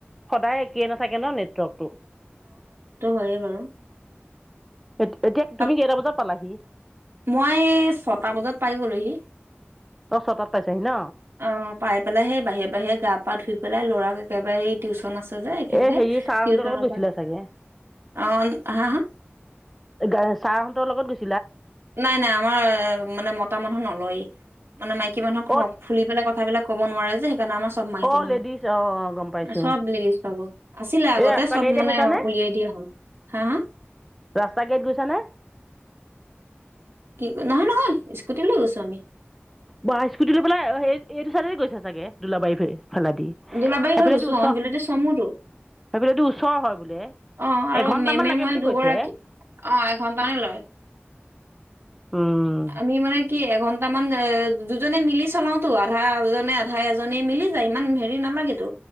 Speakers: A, in the centre; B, on the right.
A: সদায় একেই নাথাকে ন নেটৱৰ্কটো
B: হয় বাৰু
A: এ এতিয়া তুমি
B: আপ-
A: কেইটা বজাত পালাহি
B: মই ছটা বজাত পাই গ'লো হি
A: অঁ ছটাত পাইছাহি ন
B: অ পাই পেলাই সেই বাহিৰে বাহিৰে গা পা ধুই পেলাই ল'ৰাক একেবাৰে এই টিউচন আছে। এইখিনতে
A: এই হেৰি ছাৰহঁতৰ
B: টিউচনৰ
A: লগত গৈছিলা
B: পৰা
A: চাগে
B: অ হা হা
A: ছাৰ হঁতৰ লগত গৈছ।
B: নাই-নাই আমাৰ মানে মতা মানুহ নলয় ।মানে মাইকী মানুহক
A: অঁ
B: ফুলি পেলাই কথাবিলাক ক'ব নোৱাৰে যে সেই কাৰণে আমাৰ চব মাইকী
A: অ'
B: মানুহ
A: লেডিজ অ' অ' গম পাইছো
B: ।চব লেডিজ পাব আছিলে আগতে
A: এই ৰাস্তা
B: চব
A: গাড়ীতে
B: মানে
A: গৈছা
B: উ
A: নে
B: ওলাই দিয়া হ'ল হা হা
A: ৰাস্তা গেট গৈছ নে
B: কি নহয় নহয় স্কুটি লৈ গৈছোঁ আমি
A: বা ই স্কুটি লৈ পেলাই এইটো চাইডে গৈছে চাগে দোলাবাৰী ফালে। ফেলা দি
B: দোলাবাৰী
A: সেইফালাইটো
B: হৈ গৈছো
A: ওচৰ
B: অ সেইফালেদি চমুতো
A: সেইফালটো ওচৰ হয় বোলে
B: অ আৰু
A: এঘন্টামান
B: মেমে
A: লাগে
B: মই
A: বুলি
B: দুগৰাকী
A: কৈছে
B: অ এঘন্টালে লয়।
A: উম
B: আমি মানে কি এঘন্টা তাৰমান এ দুজনে মিলি চলাওতো আধা এজনে আধা এজনি মিলি যায় ইমান হেৰি নালাগেতো।